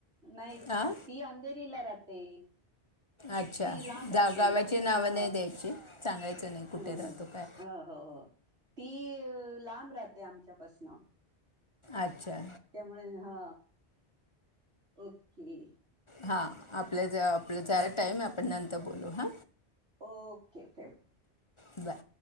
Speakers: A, on the right; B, on the left.
A: नाही ती
B: हां
A: अंधेरीला राहते.
B: अच्छा
A: ती लांब राहते
B: गावचे नाव
A: हा
B: नाही द्यायचे. सांगायचं नाही कुठे
A: हम्म
B: राहतो काय
A: हो हो हो ती लांब राहते आमच्यापासनं.
B: अच्छा.
A: त्यामुळे हा. ओके.
B: हा आपल्या आपला जरा टाईम आहे आपण नंतर बोलू हा.
A: ओके, ठेव.
B: बाय.